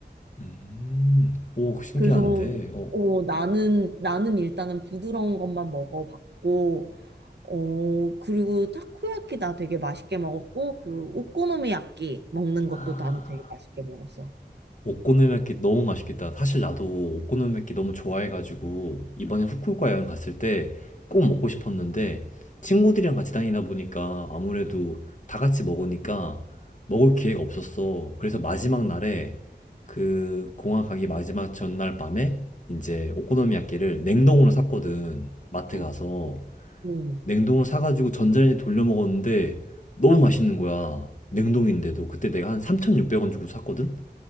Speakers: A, on the left (about 45°); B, on the right (about 75°).
A: 음, 오 신기한데.
B: 그래서 어, 나는 나는 일단은 부드러운 것만 먹어봤고 어, 그리고 타코야키 나 되게 맛있게 먹었고 그 오코노미야끼 먹는 것도
A: 어어.
B: 나도 되게 맛있게 먹었어.
A: 오코노미야끼 너무 맛있겠다. 사실 나도 오코노미야끼 너무 좋아해가지고 이번에 후쿠오카 여행 갔을 때 꼭 먹고 싶었는데 친구들이랑 같이 다니다 보니까 아무래도 다 같이 먹으니까 먹을 기회가 없었어. 그래서 마지막 날에 그 공항 가기 마지막 전날 밤에 이제 오코노미야끼를 냉동으로 샀거든. 마트
B: 어,
A: 가서
B: 응,
A: 냉동으로 사가지고 전자레인지 돌려 먹었는데 너무 맛있는 거야. 냉동인데도 그때 내가 한 3,600원 주고 샀거든.